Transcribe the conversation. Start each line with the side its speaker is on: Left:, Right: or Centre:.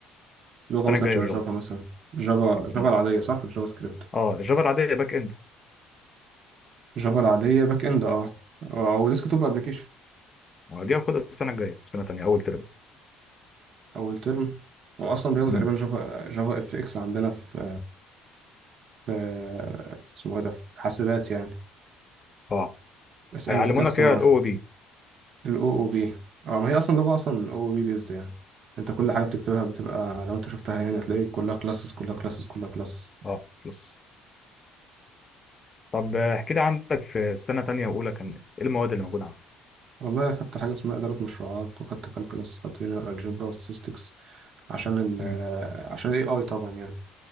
Right: لغه
Left: السنه
Right: مثلا
Left: الجايه
Right: شبه
Left: جافا
Right: جافا مثلا جافا جافا
Left: مم.
Right: العاديه صح مش جافا سكريبت
Left: اه الجافا العاديه باك اند
Right: جافا العاديه باك اند اه او ديسك توب ابلكيشن
Left: آه، دي هاخدها السنه الجايه سنه تانيه اول ترم
Right: اول ترم هو اصلا بياخدوا
Left: مم.
Right: تقريبا جافا جافا اف اكس عندنا في في, في اسمه ايه ده في حاسبات يعني
Left: اه
Right: بس
Left: هيعلمونا
Right: انا ذكاء اصطناعي
Left: فيها الاو بي
Right: الاو او بي اه ما هي اصلا لغه اصلا او بي بيزد يعني انت كل حاجه بتكتبها بتبقى لو انت شفتها يعني هتلاقي كلها كلاسز كلها كلاسز كلها كلاسز
Left: اه بلس طب آه، احكي لي عندك في السنه تانيه واولى كان ايه المواد اللي موجوده عندك
Right: والله خدت حاجه اسمها اداره مشروعات وخدت كالكولاس خدت لينير الجبرا وستاتستكس عشان ال
Left: مم.
Right: عشان الاي اي طبعا يعني